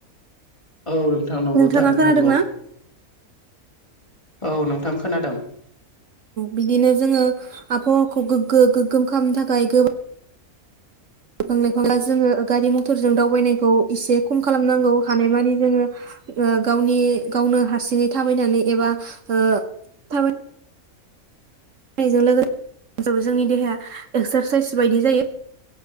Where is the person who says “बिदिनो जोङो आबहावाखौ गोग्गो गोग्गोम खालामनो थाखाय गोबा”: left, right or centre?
Right